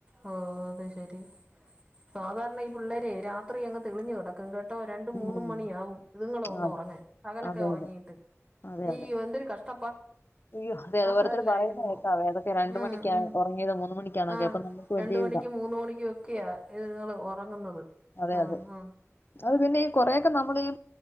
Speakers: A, on the right (about 20°); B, on the left (about 45°).
A: ഓ അത് ശെരി സാധാരണ ഈ പിള്ളേരെ രാത്രി അങ്ങ് തെളിഞ്ഞു കിടക്കും കെട്ടോ കെട്ടോ രണ്ടും
B: ഉം
A: മൂന്ന്‌ മണിയാവും ഇതുങ്ങള് ഒന്ന്
B: അതെ
A: ഉറങ്ങാൻ പ കലൊക്കെ
B: അതെ
A: ഉറങ്ങീട്ട്
B: അതെ അതെ
A: ഇയ്യോ
B: അതെ
A: എന്തൊരു കഷ്ട
B: അയ്യോ അതെ അത്
A: അതല്ലായിരുന്നു
B: ഓരോരുത്തർ പറയുന്ന കേൾക്കാവേ
A: നോക്കും
B: അതൊക്കെ രണ്ടു
A: ഉം
B: മണിക്കാ
A: ഉം
B: ഉറങ്ങിയത് മൂന്ന് മണിക്കാന്നൊക്കെ
A: ആ
B: അപ്പൊ നമുക്ക്
A: രണ്ട്
B: വലിയ
A: മണിക്കും
B: ഇതാ
A: മൂന്ന്‌ മണിക്കും ഒക്കെയാ ഇതുങ്ങള് ഉറങ്ങുന്നത്
B: അതെ
A: ആ
B: അതെ
A: ആഹാ
B: അത് പിന്നെ ഈ കൊറെക്കെ നമ്മള് ഈ